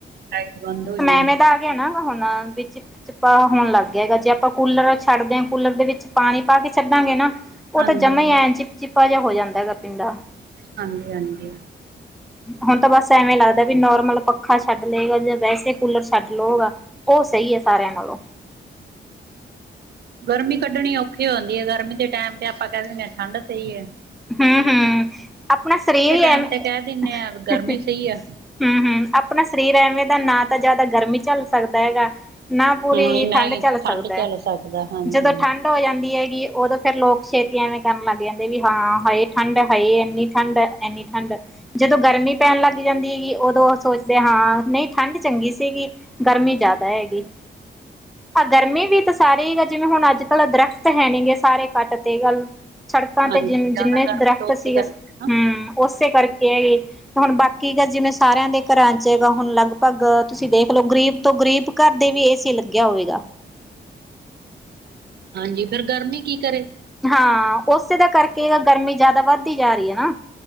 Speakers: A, on the right (about 55°); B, in the centre.
A: ਲਾਈਟ ਬੰਦ ਹੋ ਜਣੀ।
B: ਕਿਵੇਂ ਦਾ ਆ ਗਯਾ ਨਾ ਹੁਣ ਵਿੱਚ ਚਿਪਾ ਹੋਣ ਲੱਗ ਗਿਆ ਹੈਗਾ ਜੇ ਆਪਾਂ ਕੂਲਰ ਛੱਡਦੇ ਆਂ ਕੂਲਰ ਦੇ ਵਿੱਚ ਪਾਨੀ ਪਾ ਕੇ ਛੱਡਾਂਗੇ ਨਾ ਓ
A: ਹਾਂਜੀ,
B: ਤਾਂ ਜਮਾਂ ਈ ਐ ਚਿਪ-ਚਿਪਾ ਜੇਹਾ ਹੋ ਜਾਂਦਾ ਹੈਗਾ ਪਿੰਡਾ।
A: ਹਾਂਜੀ-ਹਾਂਜੀ।
B: ਹੁਣ ਤਾਂ ਬਸ ਐਵੇਂ ਲੱਗਦਾ ਵੀ ਨੋਰਮਲ ਪੱਖਾ ਛੱਡ ਲੇਗਾ ਜਾਂ ਵੈਸੇ ਕੂਲਰ ਛੱਡ ਲਓਗਾ ਓ ਸਈ ਐ ਸਾਰਿਆਂ ਨਾਲੋਂ।
A: ਗਰਮੀ ਕੱਢਣੀ ਔਖੀ ਹੁੰਦੀ ਐ ਗਰਮੀ ਦੇ ਟੈਮ ਤੇ ਆਪਾਂ ਕੈ ਦਿੰਦੇ ਆਂ ਠੰਡ ਸਈ ਐ।
B: ਹੂੰ-ਹੂੰ ਆਪਨਾ ਸਰੀਰ ਈ ਐਵੇਂ
A: ਟੈਮ ਤੇ ਕਹਿ ਦਿੰਨੇ ਆ ਗਰਮੀ ਸਹੀ ਆ।
B: ਹੂੰ-ਹੂੰ ਆਪਨਾ ਸਰੀਰ ਐਵੇਂ ਦਾ ਨਾ ਤਾਂ ਜਾਦਾ ਗਰਮੀ ਝੱਲ ਸਕਦਾ ਹੈਗਾ ਨਾ ਪੂਰੀ
A: ਹਾਂ, ਨਾ
B: ਠੰਡ
A: ਹੀ
B: ਚੱਲ ਸਕਦਾ
A: ਚੱਲ ਸਕਦਾ, ਹਾਂਜੀ।
B: ਜਦੋਂ ਠੰਡ ਹੋ ਜਾਂਦੀ ਹੈਗੀ ਓਦੋਂ ਫਿਰ ਲੋਕ ਛੇਤੀ ਐਵੇਂ ਕਰਨ ਲੱਗ ਜਾਂਦੇ ਵੀ ਹਾਂ ਹਾਏ ਠੰਡ ਐ ਹਾਏ ਐਨੀ ਠੰਡ ਐ ਐਨੀ ਠੰਡ ਜਦੋਂ ਗਰਮੀ ਪੈਣ ਲੱਗ ਜਾਂਦੀ ਹੈਗੀ ਓਦੋਂ ਸੋਚਦੇ ਹਾਂ ਨਈ ਠੰਢ ਚੰਗੀ ਸੀਗੀ। ਗਰਮੀ ਜਾਦਾ ਹੈਗੀ। ਆ ਗਰਮੀ ਵੀ ਤਾਂ ਸਾਰੇ ਈ ਐ ਜਿਵੇਂ ਹੁਣ ਅੱਜ-ਕੱਲ੍ ਦਰਖਤ ਹੈ ਨੀ ਗੇ ਸਾਰੇ ਕੱਟ ਤੇ ਗੱਲ ਸੜਕਾਂ
A: ਹਾਂਜੀ,
B: ਤੇ ਜਿ
A: ਜ਼ਿਆਦਾ
B: ਜਿੰਨੇ
A: ਗਰਮੀ
B: ਦਰਖਤ
A: ਤੋਂ ਉਸੇ
B: ਸੀਗੇ
A: ਕਰਕੇ ਨਾ,
B: ਹੂੰ ਓਸੇ ਕਾਰਕੇ ਤੇ ਹੁਣ ਬਾਕੀ ਗਾ ਜਿਵੇਂ ਸਾਰਿਆਂ ਦੇ ਕਰਾਂ ਚ ਹੈਗਾ ਹੁਣ ਲਗਭਗ ਤੁਸੀਂ ਦੇਖ ਲੋ ਗ਼ਰੀਬ ਤੋਂ ਗ਼ਰੀਬ ਕੱਰ ਦੇ ਵੀ ਏਸੀ ਲੱਗਿਆ ਹੋਏਗਾ।
A: ਹਾਂਜੀ, ਫਿਰ ਗਰਮੀ ਕੀ ਕਰੇ।
B: ਹਾਂ ਉਸੇ ਦਾ ਕਰਕੇ ਗਰਮੀ ਜ਼ਿਆਦਾ ਵੱਧਦੀ ਜਾ ਰਹੀ ਹੈ ਨਾ।